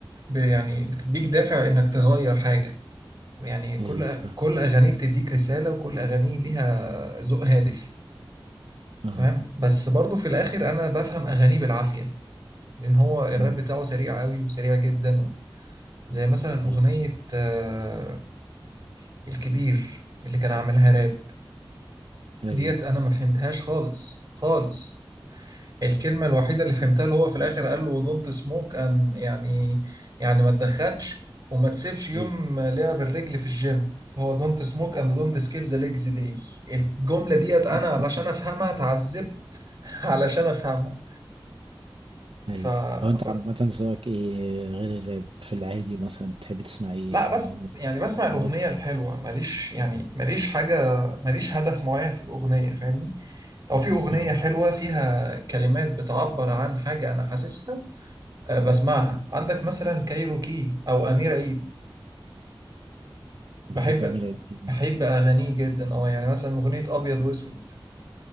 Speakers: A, on the right; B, on the right.
A: ب- يعني بتديك دافع انك تغير حاجه يعني كل
B: ايوه فاهم.
A: كل اغانيه بتديك رساله وكل اغانيه ليها ذوق هادف
B: اه
A: تمام بس برضو في الاخر انا بفهم اغانيه بالعافيه لان هو الراب
B: مم.
A: بتاعه سريع قوي وسريع جدا زي مثلا اغنيه
B: ايوه
A: آه، الكبير اللي كان عاملها راب
B: ايوه
A: ديت انا ما فهمتهاش خالص خالص الكلمة الوحيدة اللي فهمتها اللي هو في الآخر قال له دونت سموك أن يعني يعني ما تدخنش وما تسيبش يوم
B: ايوه
A: لعب الرجل في الجيم اللي هو دونت سموك أند دونت سكيب ذا ليجز داي الجملة ديت أنا
B: <laughs>
A: علشان أفهمها اتعذبت <laughs> علشان أفهمها ف
B: ايوه هو انت
A: ب-
B: عامه ذوقك ايه غير الراب في العادي مثلا بتحب تسمع ايه
A: لا
B: في
A: بس يعني بسمع الأغنية
B: عمرو دياب
A: الحلوة ماليش يعني ماليش حاجة ماليش هدف معين في الأغنية فاهمني لو في أغنية
B: اه
A: حلوة فيها كلمات بتعبر عن حاجة أنا حاسسها آه، بسمعها عندك مثلا كايروكي او امير عيد
B: بحب
A: بحب
B: امير عيد جدا
A: بحب اغانيه جدا اه يعني مثلا اغنيه ابيض واسود